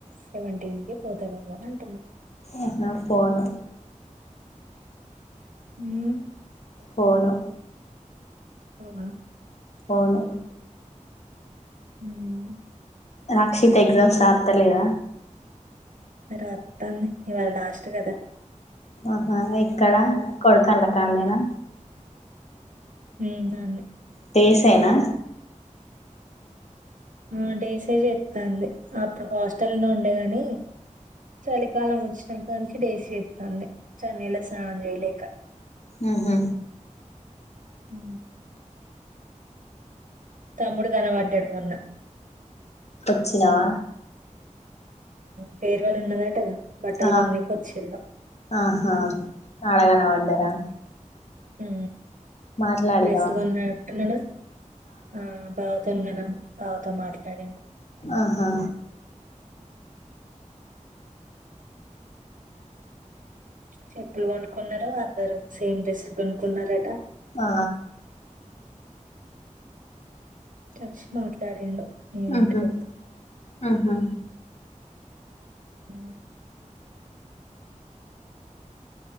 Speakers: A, on the right; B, on the left.
A: సెవెంటీన్ కి పోతావేమో అని అంటున్నా
B: ఆహా పోను
A: ఇంగా
B: పోను
A: పోవా
B: పోను
A: హ్మ్
B: రాక్షిత ఎగ్జామ్స్ రాత్తలేద
A: రాత్తంది ఇవాళ లాస్ట్ గదా
B: ఆహా ఎక్కడా కొడకొండకామెనా
A: ఉ ఆన్నే
B: డేసైనా
A: ఆ డేసే జేత్తాంది అప్పుడు హాస్టల్ ను ఉండే గాని చలికాలం వచ్చినాంక నుంచి డేస్ జేత్తాంది చన్నిల్లా స్నానం జెయలేక
B: ఉహు
A: హు తమ్ముడు గనబడ్డాడు మొన్న
B: వచ్చినవా
A: ఫేర్ వళ్ ఉన్నదటగా బట్టలు
B: ఆ
A: కొన్నికి వచ్చిళ్ళు
B: ఆహా ఆడగనబడ్డరా
A: ఉ
B: మాట్లాడినవా
A: బ్రెస్సు గొన్నంట్టున్నాడు ఆ బావతోని గన బావతో మాట్లాడిండు
B: ఆహా
A: చెప్పులు కొనుక్కున్నారు అందరు సేమ్ డ్రెస్సులు కొనుక్కున్నారట
B: ఆ
A: తక్ష్ మాట్లాడిండు నేను
B: ఆహా
A: ఇంటికి
B: ఆహా
A: అ